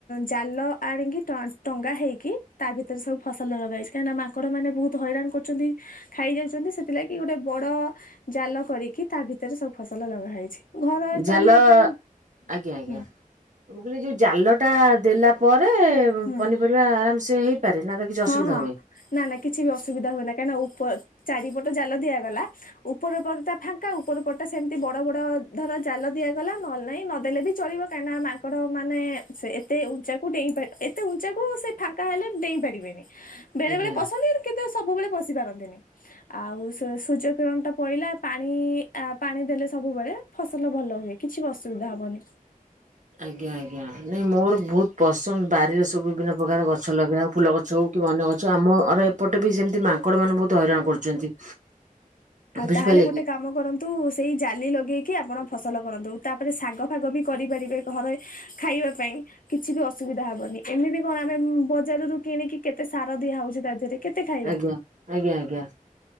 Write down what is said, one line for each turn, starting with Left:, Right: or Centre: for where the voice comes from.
Left: ଜାଲ ଆଣିକି ଟଣା ଟଙ୍ଗା ହେଇକି ତା ଭିତରେ ସବୁ ଫସଲ ଲଗାହେଇଛି, କାହିଁନା ମାଙ୍କଡ ମାନେ ବହୁତ ହଇରାଣ କରୁଛନ୍ତି ଖାଇଯାଉଛନ୍ତି, ସେଥି ଥିଲାଗି ଗୋଟେ ବଡ ଜାଲ କରିକି ତା ଭିତରେ ସବୁ ଫସଲ ଲଗା ହେଇଛି। ଘର
Right: ଜାଲ
Left: ଚଳିବା ପାଇଁ
Right: ଆଜ୍ଞା ଆଜ୍ଞା।
Left: ହୁଁ
Right: ମୁଁ କହିଲି ଯୋଉ ଜାଲଟା ଦେଲା ପରେ
Left: ହୁଁ
Right: ପନିପରିବା ଆରାମ ସେ ହେଇପାରେ, ନା ତ କିଛି
Left: ହଁ
Right: ଅସୁବିଧା
Left: ହଁ
Right: ହୁଏ?
Left: ନା ନା କିଛି ବି ଅସୁବିଧା ହୁଏ ନା, କାହିଁକ ନା ଉପ ଚାରିପଟ ଜାଲ ଦିଆଗଲା, ଉପର ପଟଟା ଫାଙ୍କା ଉପର ପଟା ସେମିତି ବଡ ବଡ ଧର ଜାଲ ଦି ଦିଆଗଲା ନ ନାଇଁ, ନଦେଲେ ବି ଚଳିବ କାହିଁକିନା ମାଙ୍କଡ ମାନେ ଏତେ ଉ କୁ ଡେଇଁ ପ ଏତେ ଉଞ୍ଚାକୁ ସେ ଫାଙ୍କା ହେଲେ ଡେଇପାରିବେନି। ବେଳେ
Right: ଆଜ୍ଞା।
Left: ବେଳେ ପଶନ୍ତି କିନ୍ତୁ ସବୁବେଳେ ପଶି ପାରନ୍ତି ଆଉ ସୂର୍ଯ୍ୟ କିରଣ ଟା ପାଇଲା, ପାଣି, ପାଣି ଦେଲେ ସବୁବେଳେ ଫସ ଭଲ ହୁଏ, କିଛି ବି ଅସୁବିଧା ହବନି।
Right: ଆଜ୍ଞା ଆଜ୍ଞା, ନାଇଁ ମୋର ବହୁତ ପସନ୍ଦ ବାରିରେ ସବୁ ବିଭିନ୍ନ ପ୍ରକାର ଗଛ ଲଗେଇବା, ଫୁଲ ଗଛ ହଉ, କି ଅନ୍ୟ ଗଛ, ଆମର ଏପଟେ ବି ସେମିତି ମାଙ୍କଡ଼ ମାନେ ବହୁତ ହଇରାଣ କରୁଛନ୍ତି।
Left: ଆ
Right: ବୁଝିପାରିଲେ
Left: ତାହେଲେ ଗୋଟେ
Right: କି?
Left: କାମ କରନ୍ତୁ ସେଇ ଜାଲି ଲଗେଇକି କି ଆପଣ ଫସଲ କରନ୍ତୁ, ତାପରେ ଶାଗ ଫାଗ ବି କରିପାରିବେ ଘରେ ଖାଇବା ପାଇଁ, କିଛି ବି ଅସୁବିଧ ସୁବିଧା ହବନି, ଏମିତି କଣ ଆମେ ବଜାର ରରୁ କିଣିକି, କେତେ ସାର ଦିଆ ହଉଛି ତା ଦେହରେ କେତେ ଖାଇବା।
Right: ଆଜ୍ଞା, ଆଜ୍ଞା ଆଜ୍ଞା,